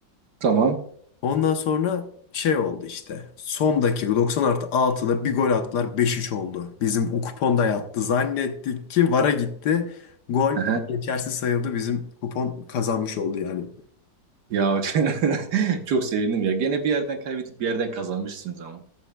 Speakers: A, on the right; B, on the left.
A: Tamam.
B: Ondan sonra şey oldu işte. Son dakika 90 artı 6'da bir gol attılar 5-3 oldu. Bizim o kupon da yattı. Zannettik ki VAR'a gitti. Gol
A: Aha.
B: geçersiz sayıldı. Bizim kupon kazanmış oldu yani.
A: Ya <laughs> çok sevindim ya. Gene bir yerden kaybedip bir yerden kazanmışsınız ama.